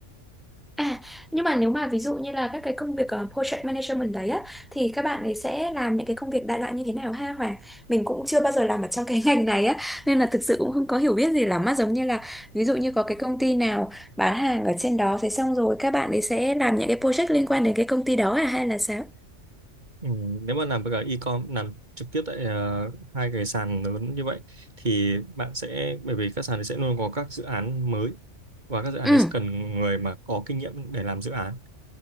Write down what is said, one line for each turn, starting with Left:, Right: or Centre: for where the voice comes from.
Centre: À, nhưng mà nếu mà ví dụ như là các cái công việc ờ, project management đấy á thì các bạn ấy sẽ làm những cái công việc đại loại như thế nào ha Hoàng? Mình cũng chưa bao giờ làm ở trong cái <laughs> ngành này á nên là thực sự cũng không có hiểu biết gì lắm á giống như là ví dụ như có cái công ty nào bán hàng ở trên đó thế xong rồi các bạn ấy sẽ làm những cái project liên quan đến cái công ty đó à hay là sao?
Right: ừ, nếu mà làm với cả e-com làm trực tiếp tại ờ, hai cái sàn lớn như vậy thì bạn sẽ bởi vì các sàn đấy sẽ luôn có các dự án mới và các dự án
Centre: Ừ,
Right: đấy sẽ cần người mà có kinh nghiệm để làm dự án